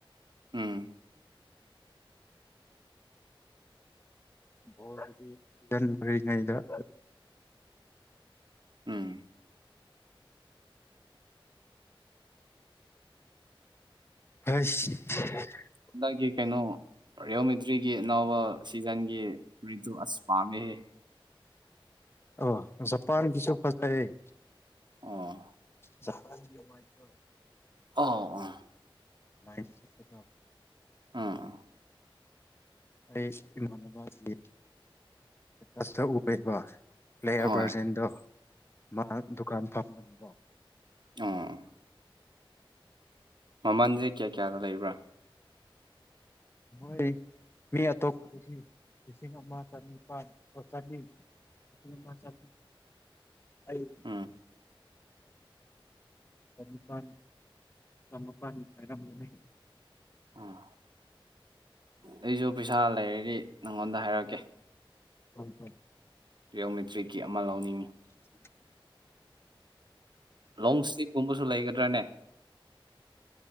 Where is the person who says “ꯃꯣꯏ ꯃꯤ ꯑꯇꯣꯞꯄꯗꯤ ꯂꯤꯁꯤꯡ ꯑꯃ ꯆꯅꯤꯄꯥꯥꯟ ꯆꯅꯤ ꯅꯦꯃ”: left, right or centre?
Left